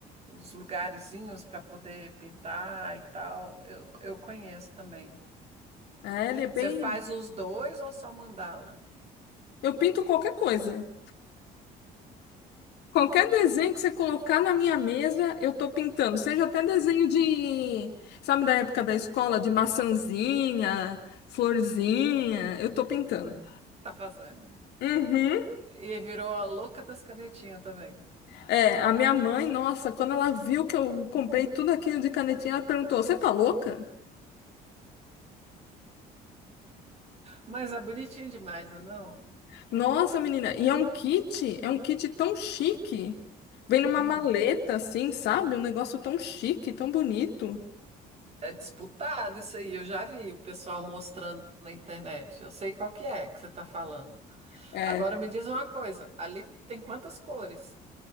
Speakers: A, on the right; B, on the left.
A: os lugarzinhos para poder pintar e tal. Eu, eu conheço também.
B: É, ele é bem.
A: Você faz os dois ou só mandala?
B: Eu pinto qualquer coisa. Qualquer desenho que você colocar na minha mesa, eu tô pintando. Seja até desenho de, sabe, da época da escola, de maçãzinha, florzinha, eu tô pintando.
A: Tá fazendo.
B: Uhum.
A: E virou a louca das canetinhas também.
B: É, a minha mãe, nossa, quando ela viu que eu comprei tudo aquilo de canetinha, ela perguntou: Você tá louca?
A: Mas é bonitinho demais, não é não?
B: Nossa, menina, e é um kit, é um kit tão chique. Vem numa
A: Hum,
B: maleta assim, sabe? Um negócio tão chique, tão bonito.
A: é disputado isso aí. Eu já vi o pessoal mostrando na internet. Eu sei qual que é que você tá falando.
B: É,
A: Agora me diz uma coisa. Ali tem quantas cores?